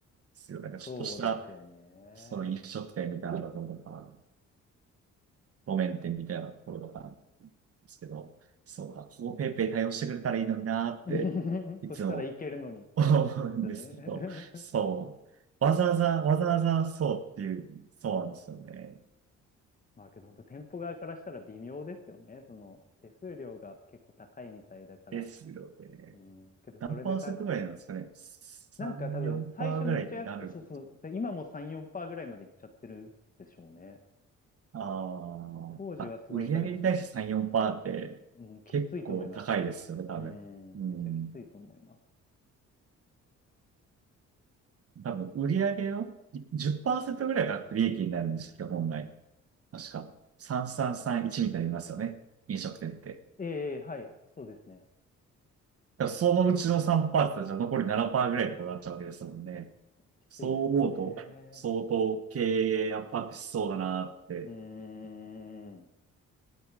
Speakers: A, on the right; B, on the left.
A: すよ。なんかちょっとした、
B: そうですよね。
A: その飲食店みたいなところとか、路面店みたいなところとかなんですけど、そう、あ、ここペイペイ対応してくれたらいいのになーって、
B: <laughs>
A: いつも
B: そしたらいけるのにっていうことですよね。
A: <laughs> 思うんですけど、そう。わざわざ、わざわざそうっていう、そうなんですよね。
B: <laughs> まあけど本当店舗側からしたら微妙ですよね。その手数料が結構高いみたいだから。
A: ですよね。
B: うん。けどそれでた、
A: 何パーセントぐらいなんですかね。
B: お
A: 3、
B: なんか多分、
A: 4%
B: 最初めっちゃ安く、
A: パーセントぐらいになる
B: そうそう、で今も3、4%ぐらいまでいっちゃってるでしょうね。
A: あーあ、
B: 当時はすごい多分、
A: 売上に対して3、4%って結構高いですよね、
B: うん、きついと思います。めっちゃ。
A: 多分。
B: うん、
A: うん。
B: めちゃきついと思います。
A: 多分、売上の10%ぐらいが利益になるんですよ、本来。確か。3331みたいに言いますよね。飲食店って。
B: ええ、はい、そうですね。
A: だからそのうちの3%ってじゃ残り7%ぐらいってことになっちゃうわけですもんね。
B: きついですよね。
A: そう思うと、相当経営圧迫しそうだなって、
B: うーん。